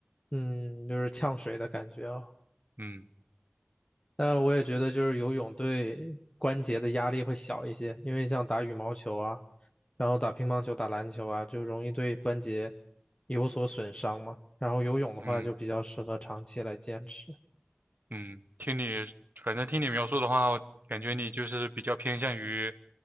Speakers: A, on the left; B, on the right.
A: 嗯，就是呛水的感觉啊。
B: 嗯
A: 但我也觉得就是游泳对关节的压力会小一些，因为像打羽毛球啊，然后打乒乓球、打篮球啊，就容易对关节有所损伤嘛。然后游泳的话就比较适合长期来坚持。
B: 嗯嗯，听你反正听你描述的话，我感觉你就是比较偏向于